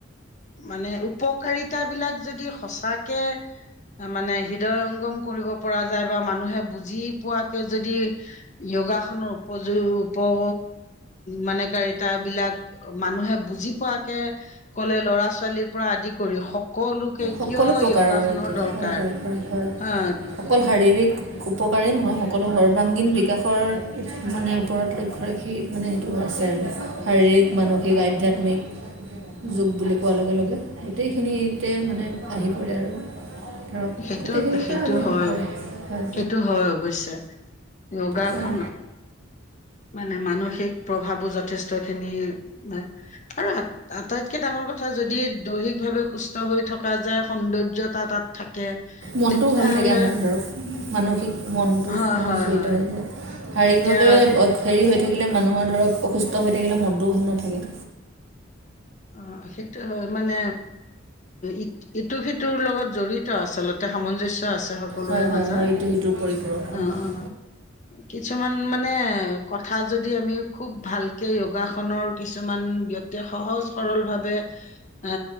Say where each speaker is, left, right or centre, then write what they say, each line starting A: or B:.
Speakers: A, on the left; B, on the right.
A: মানে উপকাৰিতাবিলাক যদি সঁচাকে, মানে হৃদয়ংগম কৰিব পৰা যায়। বা মানুহে বুজি পোৱাকে যদি, য়োগাখনৰ উপযোগ-উপয মানে উপকাৰিতাবিলাক, মানুহে বুজি পোৱাকে ক'লে ল'ৰা-ছোৱালীৰ পৰা আদি কৰি, সকলো কিয়
B: সকলো প্ৰকাৰৰ
A: য়োগাখনৰ
B: এতিয়া
A: দৰকাৰ?
B: হয় হয় হয় হয়
A: হা
B: অকল শাৰীৰিক উপকাৰেই নহয় সকলো সৰ্বাংগীন বিকাশৰ মানে ওপৰত লক্ষ্য ৰাখি মানে সেইটো আছে আৰু। শাৰীৰিক, মানসিক, আধ্যাত্মিক মিক যোগ বুলি কোৱাৰ লগে লগে। গোটেইখিনিতে মানে পৰে আৰু ধৰক
A: সেইটো-সেইটো
B: গোটেইখিনিৰ পৰা আমি
A: হয়।
B: হয়
A: সেইটো হয় অৱশ্যে। যোগাসন
B: ধৰা
A: মানে মানসিক প্ৰভাৱো যথেষ্টখিনি। <unintelligible> আৰু আটাইতকে ডাঙৰ কথা যদি, দৈহিকভাৱে সুস্থ হৈ থকা যায় সৌন্দৰ্যতা তাত। থাকে
B: মনটোও
A: তেতিয়াহ'লে
B: ভাল থাকে আমাৰ ধৰক, মানসিক মনটোৰ
A: হয়
B: লগত
A: হয়
B: জড়িত
A: হয়
B: হৈ যায়। শাৰীৰিকভাৱে
A: তেতিয়া
B: হেৰি হৈ থাকিলে মানুহ। অ' ধৰক অসুস্থ হৈ থাকিলে মনটোও ভাল নাথাকে।
A: অ' সেইটো হয় মানে, ই-ইটো সিটোৰ লগত জড়িত আচলতে, সামঞ্জস্য। আছে সকলোৰে
B: হয় হয়
A: মাজত।
B: হয় ইটো সিটোৰ পৰিপূৰক সম্পূৰ্ণ
A: অ' অ' কিছুমান মানে। কথা যদি আমি খুব ভালকে, য়োগাসনৰ কিছুমান ব্যক্তিয়ে সহজ সৰলভাৱে, আ